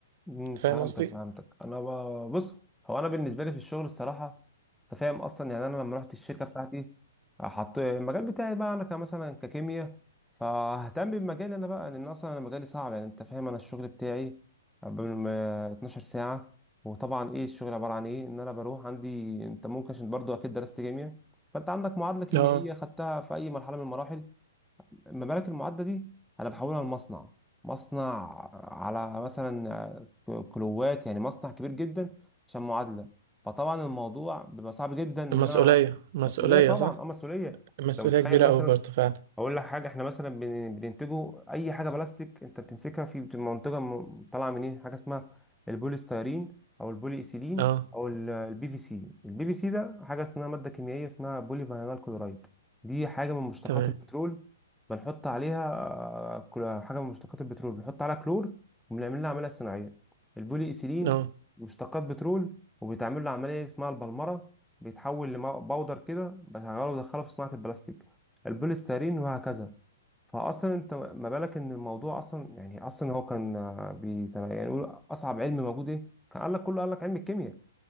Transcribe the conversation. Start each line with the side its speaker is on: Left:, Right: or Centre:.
Centre: امم
Right: فاهم
Centre: فهمتك
Right: قصدي؟
Centre: فهمتك انا ب- بص هو انا بالنسبه لي في الشغل الصراحه انت فاهم اصلا يعني انا لما رحت الشركه بتاعتي حط المجال بتاعي بقى انا كمثلا ككيمياء فاهتم بمجالي انا بقى لان اصلا انا مجالي صعب يعني انت فاهم انا الشغل بتاعي بال- 12 ساعه وطبعا ايه الشغل عباره عن ايه ان انا بروح عندي انت ممكن عشان برضو اكيد درست كيمياء فانت عندك معادله كيميائيه
Right: اه
Centre: خدتها في اي مرحله من المراحل المبالغ المعدة دي أنا بحولها لمصنع مصنع على مثلا آه، كيلوات يعني مصنع كبير جدا عشان معادلة فطبعا الموضوع بيبقى صعب جدا إن
Right: المسؤولية
Centre: أنا
Right: مسؤولية
Centre: مسؤولية طبعا
Right: صح؟
Centre: أه مسؤولية
Right: مسؤولية
Centre: أنت متخيل
Right: كبيرة
Centre: مثلا
Right: أوي برضه فعلا
Centre: اقول لك حاجه احنا مثلا بن- بننتجه اي حاجه بلاستيك انت بتمسكها في بتبقى منتجه م- طالعه من ايه حاجه اسمها البوليستيرين او البولي ايثيلين
Right: اه
Centre: او ال- البي في سي البي في سي ده حاجه اسمها ماده كيميائيه اسمها بولي فينال كلورايد دي حاجه من مشتقات
Right: تمام
Centre: البترول بنحط عليها آه، كل- حاجه من مشتقات البترول بنحط عليها كلور وبنعمل لها عمليه صناعيه البولي ايثيلين
Right: اه
Centre: مشتقات بترول وبيتعمل له عمليه اسمها البلمره بيتحول لباودر كده بنغيره ودخله في صناعه البلاستيك البوليسترين وهكذا فاصلا انت ما بالك ان الموضوع اصلا يعني اصلا هو كان آه، بيت- يعني يقول اصعب علم موجود ايه كان قال لك كله قال لك علم الكيمياء